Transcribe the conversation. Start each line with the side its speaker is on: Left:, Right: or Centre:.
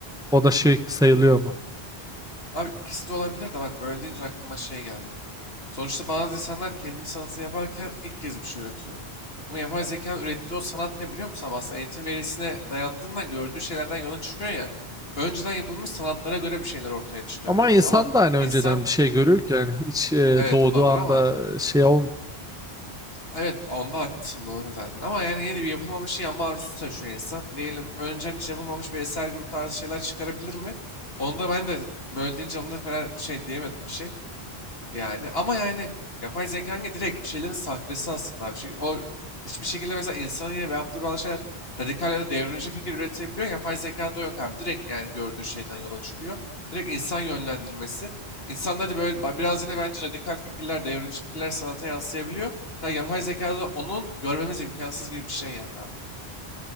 Centre: o da şey sayılıyor mu?
Left: Abi ikisi de olabilir de bak böyle deyince aklıma şey geldi. Sonuçta bazı insanlar kendi sanatını yaparken ilk kez bir şey üretiyor. Ama yapay zekanın ürettiği o sanat ne biliyor musun? Abi Aslında eğitim verisine dayandığından gördüğü şeylerden yola çıkıyor ya. Önceden yapılmış sanatlara göre bir şeyler ortaya çıkarıyor
Centre: Ama
Left: abi.
Centre: insan
Left: Ama
Centre: da hani önceden
Left: insan
Centre: bir şey görüyor ki yani hiç e,
Left: evet
Centre: doğduğu
Left: o da var
Centre: anda
Left: ama
Centre: şey ol
Left: evet onda haklısın doğru zaten. Ama yani yeni bir yapılmamışı yapma arzusu taşıyor insan. Diyelim önceden hiç yapılmamış bir eser gibi tarzı şeyler çıkarabilir mi? Onda ben de böyle deyince onda falan şey diyemedim bir şey. Yani ama yani yapay zeka hangi direkt bir şeylerin sahtesi aslında abi. Şey, o hiçbir şekilde mesela insanın yine yaptığı bazı şeyler radikal ya da devrimci fikir üretebiliyor. Yapay zekada yok abi. Direkt yani gördüğü şeyden yola çıkıyor. Direkt insan yönlendirmesi. İnsan hadi böyle ba- biraz yine bence radikal fikirler, devrimci fikirler sanata yansıyabiliyor. Ya yapay zekada da onun görmemiz imkansız gibi bir şey yani abi.